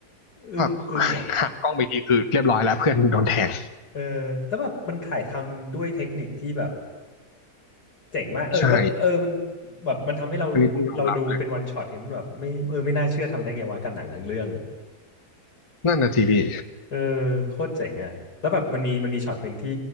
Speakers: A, on the left (about 70°); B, on the left (about 20°).
A: อึ้งอึ้งอ่ะ
B: แบบหันกล้องไปทีคือเรียบร้อยแล้วเพื่อนโดนแทง
A: เออแล้วแบบมันถ่ายทำด้วยเทคนิคที่แบบเจ๋งมากเออก็เออมัน
B: ใช่
A: แบบมันทำให้เราเราดูเป็นวันช็อตไงมันแบบไม่เออไม่น่าเชื่อทำได้ไงวะกันหนังทั้งเรื่อง
B: อันนี้ต้องยอมรับเลย นั่นน่ะสิพี่
A: เออโคตรเจ๋งอ่ะแล้วแบบมันมีมันมีช็อตหนึ่งที่